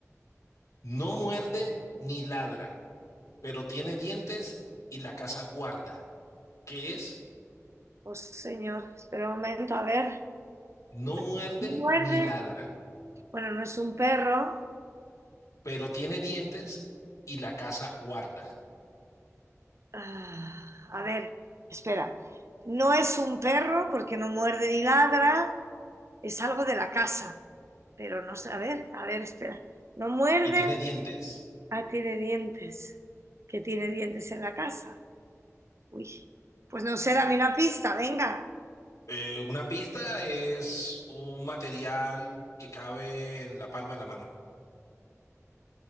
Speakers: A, on the left (about 80°); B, on the right (about 60°).
A: No muerde ni ladra, pero tiene dientes y la casa guarda. ¿Qué es?
B: pues señor, espera un momento, a ver.
A: No
B: Mira,
A: muerde
B: Muerde.
A: ni ladra,
B: Bueno, no es un perro.
A: pero tiene dientes y la casa guarda.
B: Ah, a ver, espera. No es un perro porque no muerde ni ladra, es algo de la casa. Pero no sé, a ver, a ver, espera. No muerde,
A: Y tiene dientes.
B: Ah, tiene dientes. ¿Qué tiene dientes en la casa. Uy, pues no sé, dame una pista, venga.
A: Eh, una pista es un material que cabe en la palma de la mano.